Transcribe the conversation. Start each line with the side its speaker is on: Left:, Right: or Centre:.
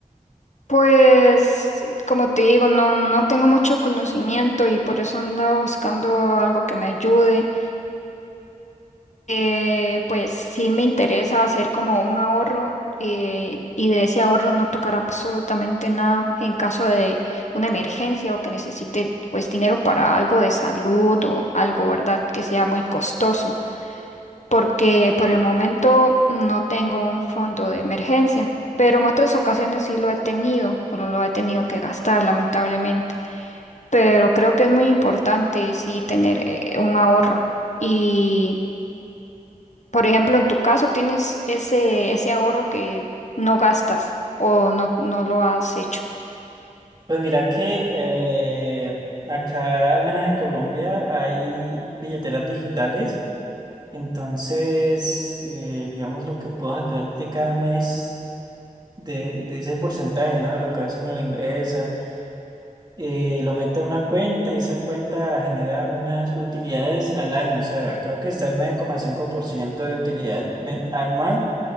Left: pues como te digo, no, no tengo mucho conocimiento y por eso ando buscando algo que me ayude Eh, pues sí me interesa hacer como un ahorro eh, y de ese ahorro no tocar absolutamente nada en caso de una emergencia o que necesite pues dinero para algo de salud o algo, ¿verdad? Que sea muy costoso, porque por el momento no tengo un fondo de emergencia, pero en otras ocasiones sí lo he tenido, pero lo he tenido que gastar lamentablemente, pero creo que es muy importante sí tener eh, un ahorro. Y por ejemplo, en tu caso tienes ese, ese ahorro que no gastas o no, no lo has hecho.
Right: Pues mira que eh, acá, al menos en Colombia, hay billeteras digitales. Entonces, eh, digamos, lo que puedo sacar de cada mes de, de ese porcentaje, ¿no? De lo que a veces uno le ingresa, eh, lo meto a una cuenta y esa cuenta genera unas utilidades al año, o sea, creo que está el 9,5% de utilidad men- anual